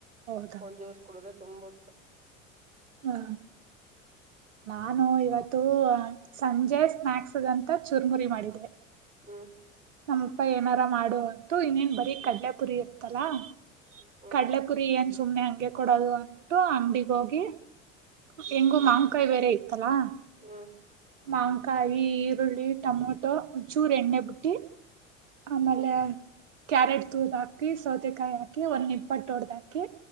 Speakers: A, on the right (about 70°); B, on the right (about 20°).
A: ಹೌದಾ
B: ಒಂಚ ದಿವಸ್ ಕೂಡ್ರೆ ತುಂಬುತ್ತ
A: ಹ್ಮ ನಾನು ಇವತ್ತು ಸಂಜೆ ಸ್ನಾಯಕ್ಸ್ಗಂತ ಚುರ್ಮುರಿ ಮಾಡಿದೆ
B: ಹ್ಮ್
A: ನಮ್ಮಪ್ಪ ಏನಾರ ಮಾಡುವ ಅಂತೂ ಇನ್ನೇನ್ ಬರೀ ಕಡ್ಲೆಪುರಿ ಇರುತ್ತಲಾ
B: ಹ್ಮ್
A: ಕಡ್ಲ ಕುುರಿ ಏನ್ ಸುಮ್ನೆ ಹಂಗೆ ಕೊಡೋದು ಅಂದಬಿಟ್ಟು ಅಂಗಿಗ ಹೋಗಿ ಹೆಂಗು ಮಾಂನ್ಕಾಯಿ ಬೇರೆ ಇತ್ತಲ್ಲಾ
B: ಹ್ಮ್
A: ಮಂಕಾಯಿ ಈರುಳ್ಳಿ ಟೊಮೊಟೊ ಉಚೂ ರ ಎಣ್ಣೆ ಬುಟ್ಟಿ ಆಮೇಲೆ
B: ಹ್ಮ್
A: ಕ್ಯಾರೆಟ್ ತೂದ ಹಾಕಿ ಸೌತೆಕಾಯಿ ಹಾಕಿ ಒಂದ್ ಇಪ್ಪಟ್ಟೊಡ್ದ್ ಹಾಕಿ